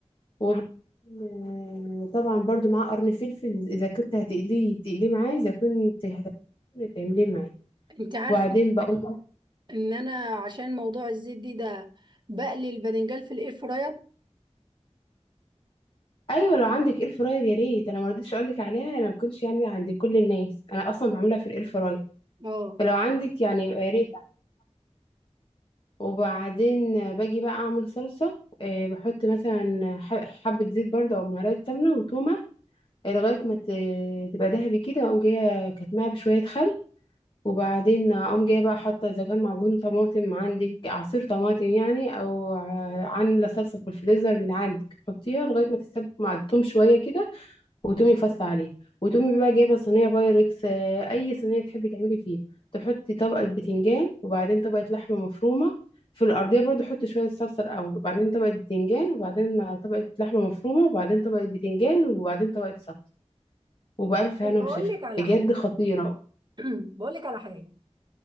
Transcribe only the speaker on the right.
انت عارفه
ان انا عشان موضوع الزيت دي ده بقلي الباذنجان في الاير فراير
اه
بقول
لك على
حاجه
<clears throat> بقول لك على حاجه